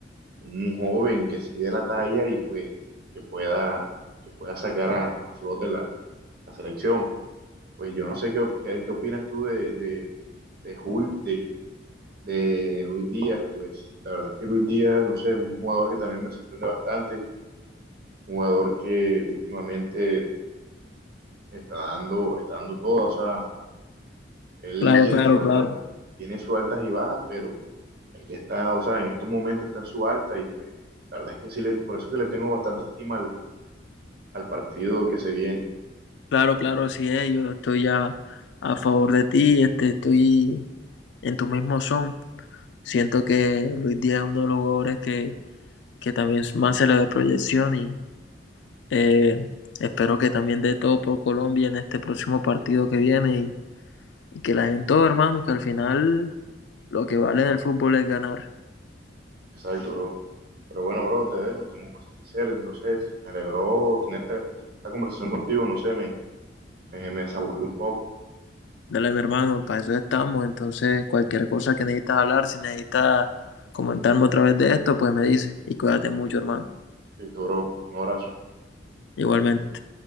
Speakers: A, on the right; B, on the left.
A: un joven que sí de la talla y pues que pueda, que pueda sacar a, a flote la, la selección. Pues yo no sé qué, qué, qué opinas tú de, de, de, Jul- de, de Luis Díaz. Pues la verdad es que Luis Díaz, no sé, es un jugador que también me sorprende bastante, un jugador que últimamente está dando, está dando todo. O sea, él
B: Claro,
A: tiene
B: claro,
A: sus altas,
B: claro.
A: tiene sus altas y bajas, pero ahí le está, o sea, en estos momentos está en su alta y pues la verdad es que sí, le, por eso es que le tengo bastante estima al, al partido que se viene.
B: Claro, claro, así es. Yo estoy a, a favor de ti, este, estoy en tu mismo son. Siento que Luis Díaz es uno de los jugadores que, que también más se le ve proyección y eh, espero que también dé todo por Colombia en este próximo partido que viene y, y que la den todo, hermano, que al final lo que vale en el fútbol es ganar.
A: Exacto, bro. Pero bueno, bro, te dejo, tengo cosas que hacer, entonces me alegró tener esta, esta conversación contigo, no sé, me, me, me desaburrí un poco.
B: Dale, mi hermano, para eso estamos. Entonces, cualquier cosa que necesitas hablar, si necesitas comentarme otra vez de esto, pues me dices. Y cuídate mucho, hermano.
A: Listo, bro, un abrazo.
B: Igualmente.